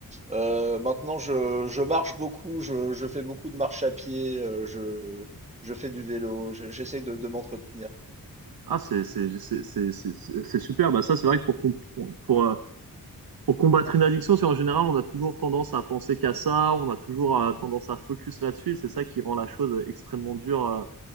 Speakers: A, on the right; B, on the right.
A: Euh, maintenant, je, je marche beaucoup, je, je fais beaucoup de marche à pied, euh, je, je fais du vélo, je- j'essaie de, de m'entretenir.
B: Ah, c'est c'est- c'est- c'est- c'est- c'est c'est super. Bah, ça, c'est vrai que pour, comp- pour, Pour combattre une addiction, c'est en général, on a toujours tendance à penser qu'à ça, on a toujours euh, tendance à focus là-dessus, et c'est ça qui rend la chose extrêmement dure euh,